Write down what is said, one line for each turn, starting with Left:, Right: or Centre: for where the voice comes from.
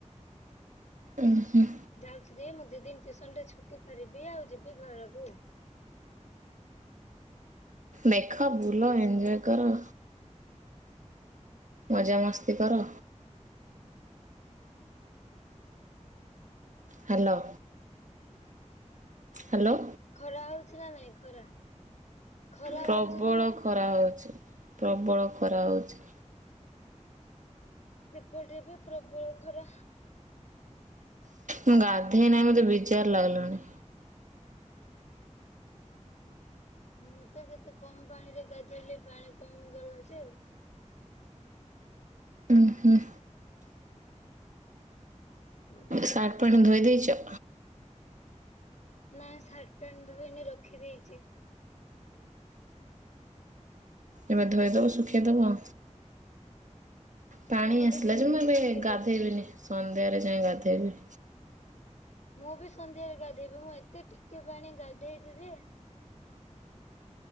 Right: ଉୁଁ ହୁଁ।
Left: ଯାଉଚି ଦି ମୁଁ ଦି ଦିନ ଟିଉସନଟା ଛୁଟି କରିଦିଏ ଆଉ ଯିବି ଘରକୁ।
Right: ମେଖ ବୁଲ ଏଞ୍ଜୟ କର। ମଜାମସ୍ତି କର। ହ୍ୟାଲୋ। ହ୍ୟାଲୋ।
Left: ଖରା ହୋଉଚି ନା ନାଇଁ ଖରା। ଖରା
Right: ପ୍ରବଳ
Left: ହଉଛି ନା ନାଇଁ?
Right: ଖରା ହୋଉଚି ପ୍ରବଳ ଖରା ହୋଉଚି।
Left: ଏପଟେ ଏବେ ପ୍ରବଳ ଖରା।
Right: ମୁଁ ଗାଧେଇ ନାହିଁ ମତେ ବିଜାର ଲାଗଲାଣି।
Left: ମୁଁ ତ କେତେ କମ ପାଣିରେ ଗାଧେଇଲି ପାଣି କମି ଗଲା ଯେ
Right: ଉଁ ହୁଁ।
Left: <inaudible>
Right: ସାଟ ପ୍ୟାଣ୍ଟ ଧୋଇ ଦେଇଚ?
Left: ନାଁ ସାର୍ଟ ପ୍ୟାଣ୍ଟ ଧୋଇନି ରଖିଦେଇଚି।
Right: ଏବେ ଧୋଇଦବ ଶୁଖେଇ ଦେବ। ପାଣି
Left: ହଁ ଏବେ
Right: ଆସିଲା
Left: ଧୋଇଦେବି
Right: ଯେ ମୁଁ ଏବେ
Left: ଶୁଖେଇଦେବି।
Right: ଗାଧେଇବିନି ସନ୍ଧ୍ୟାରେ ଯାଏଁ ଗାଧେଇବି।
Left: ମୁଁ ବି ସନ୍ଧ୍ୟାରେ ଗାଧେଇବି। ମୁଁ ଏତେ ଟିକେ ପାଣି ଗାଧେଇଥିଲି ଯେ